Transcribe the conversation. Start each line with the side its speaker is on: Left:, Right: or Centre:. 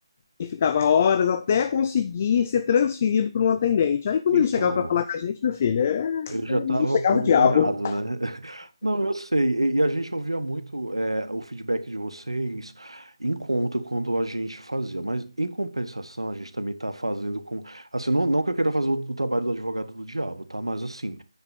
Left: e ficava horas até conseguir ser transferido para um atendente. Aí quando
Right: Então,
Left: ele chegava para falar com a gente, meu filho, é-
Right: ele já
Left: ele
Right: estava
Left: já chegava
Right: com
Left: o diabo.
Right: irado, né? <laughs> Não, eu sei. E, e a gente ouvia muito é, o feedback de vocês em conta quando a gente fazia. Mas, em compensação, a gente também está fazendo com... Assim, não, não que eu queira fazer o, o trabalho do advogado do diabo, tá? Mas, assim...